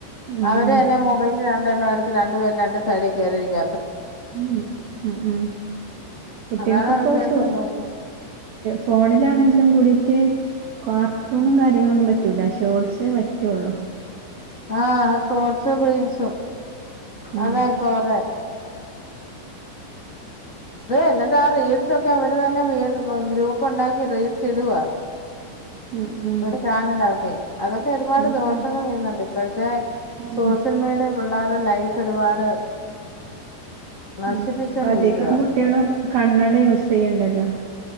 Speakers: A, on the right (about 60°); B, on the left (about 30°).
A: ഉം
B: അവരെ എല്ലാം മൊബൈല കണ്ണടച്ച് രണ്ടു പേരും രണ്ട് സൈഡിൽ കയറിരിക്ക
A: ഉം ഉം ഉം കുട്ടികൾക്ക്
B: അതാണ് അവര്
A: ഇപ്പോ
B: വരുന്ന
A: ശോ
B: ദോഷം
A: ഫോണിലാണെങ്കിലും കൂടീട്ട് കാർട്ടൂണും കാര്യങ്ങളൊന്നും പറ്റൂല ഷോർട്സെ പറ്റുള്ളു
B: ആഹ് ഷോർട്ട്സോ രിൽസോ
A: ഉം
B: അതാ ഇപ്പൊ അവർടെ എന്നിട്ട് ആ റീൽസ് ഒക്കെ അവ ഇത് തന്നെ വീ ഗ്രൂപ്പ് ഉണ്ടാക്കി റീൽസ് ഇടുവാ
A: ഉം ഉം
B: ഒരു ചാനലാകെ അതൊക്കെ ഒരുപാട്
A: ഉം
B: ദോഷങ്ങൾ
A: ഉം
B: ചെയ്യുന്നുണ്ട് ഇപ്പോഴത്തെ സോഷ്യൽ
A: ഉം
B: മീഡിയ പിള്ളേരെ ലൈഫ് ഒരുപാട് നശിപ്പിച്ചോണ്ടിരിക്കുവാ.
A: ഉം അധികം കുട്ടികളും കണ്ണട യൂസ് ചെയ്യണ്ടല്ലോ